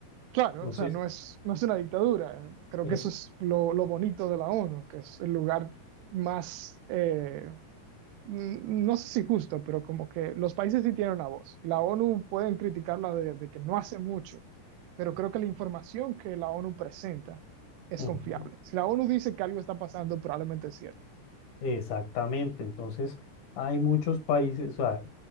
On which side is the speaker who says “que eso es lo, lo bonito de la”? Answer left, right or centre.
Right